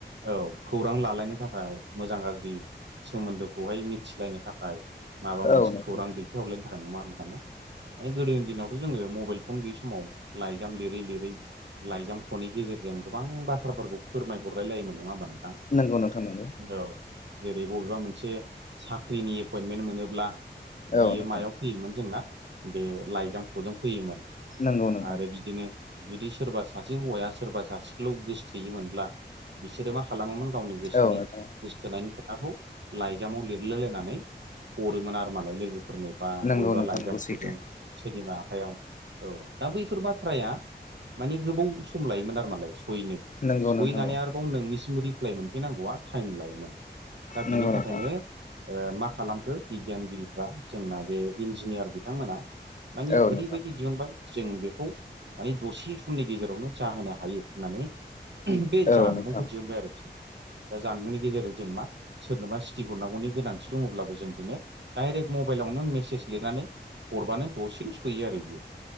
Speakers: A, on the right; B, on the left.
A: औ खौरां लालायनो थाखाय मोजां गाज्रि सोमोन्दोखौहाय मिथिलायनो थाखाय माबा
B: औ
A: मोनसे
B: नोंथां
A: खौरां दै खावलायनो थाखाय नङा होनबा माने गोदोनि दिनावथ' जोङो मबाइल फन गैयै समाव लाइजाम लिरै लिरै लाइजाम‌ ख'नि गेजेरजों गोबां बाथ्राफोरखौ फोरमायहरलाय लायोमोन नङा होमबा नोंथां?
B: नांगौ नोंथां नांगौ।
A: औ जेरै बबेबा मोनसे साख्रिनि एपइन्टमेन्ट मोनोब्ला
B: औ
A: बियो
B: नोंथां
A: मायाव फैयोमोन जोंना बे लाइजामख'जों फैयोमोन
B: नंगौ नोंथां
A: आरो बिदिनो जुदि सोरबा सासे हौवाया सोरबा सासेखौल' गोसोथोयोमोनब्ला। बिसोरो मा खालामोमोन गावनि गोसोनि
B: औ नोंथां
A: गोसथोनायनि खोथाखौ लाइजामाव लिरलाय लायनानै हरोमोन आरोमालाय लोगोफोरनो बा
B: नंगौ
A: बबेबा
B: नोंथां
A: लाइजामख'जों
B: नंगौ सैथो
A: सोरनिबा आखायाव औ दा बैफोर बाथ्राया माने गोबाव सम लायोमोन आरो मालाय सहैनो
B: नंगौ
A: सहैनानै
B: नोंथां औ
A: आरोबाव नोंनिसिमबो रिप्लाय मोनफैनांगौआ टाइम लायोमोन दा
B: नंगौ
A: बिनि थाखायनो
B: नोंथां
A: मा खालामखो बिगियानगिरिफ्रा जोंना बे इन्जिनियार बिथांमोना माने
B: औ
A: ओरैबायदि
B: नोंथां
A: दिहुनबाय जों बेखौ माने दसे समनि गेजेरावनो जाहोनो हायो होननानै बे
B: औ
A: जानबुंखौ
B: नोंथां
A: दिहुनबाय आरो जों दा जानबुंनि गेजेरजों जों मा सोरनोबा सिटिक हरनांगौनि गोनांथि दङब्लाबो जों बेनो डाइरेक्ट मबाइलावनो मेसेज लिरनानै हरबानो दसेनो सहैयो आरो बियो